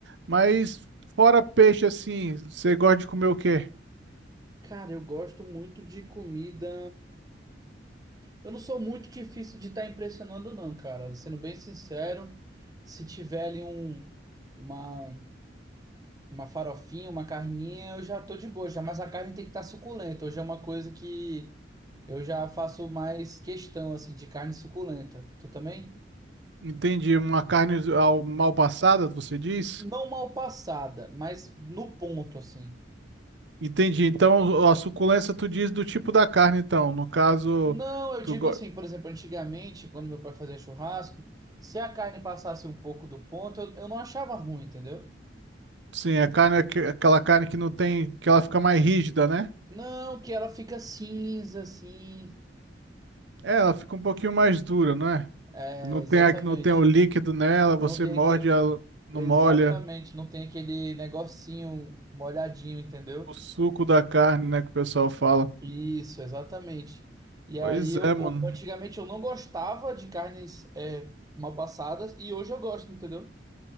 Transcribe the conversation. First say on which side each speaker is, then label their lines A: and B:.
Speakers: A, on the right; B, on the right.
A: Mas fora peixe, assim, você gosta de comer o quê?
B: Cara, eu gosto muito de comida. Eu não sou muito difícil de estar impressionando, não, cara. Sendo bem sincero, se tiver ali um. Uma, Uma farofinha, uma carninha, eu já tô de boa já, mas a carne tem que estar suculenta. Hoje é uma coisa que eu já faço mais questão assim de carne suculenta. Tu também?
A: Entende uma carne ao- mal passada, você diz?
B: N- Não mal passada, mas no ponto assim.
A: Entendi. Então, a suculência tu diz do tipo da carne, então. No caso,
B: Não, eu
A: tu
B: digo
A: go-
B: assim, por exemplo, antigamente, quando meu pai fazia churrasco, se a carne passasse um pouco do ponto, eu, eu não achava ruim, entendeu?
A: sim, a carne é aque- aquela carne que não tem, que ela fica mais rígida, né?
B: Não, que ela fica cinza assim.
A: É, ela fica um pouquinho mais dura, não é?
B: É,
A: Não tem,
B: exatamente.
A: a- não tem o líquido nela, você
B: Não tem
A: morde,
B: que
A: ela não
B: Exatamente,
A: molha
B: não tem aquele negocinho molhadinho, entendeu?
A: o suco da carne, né, que o pessoal fala.
B: Isso, exatamente. E
A: Pois
B: aí, eu,
A: é, mano.
B: eu- antigamente eu não gostava de carnes é, mal passadas e hoje eu gosto, entendeu?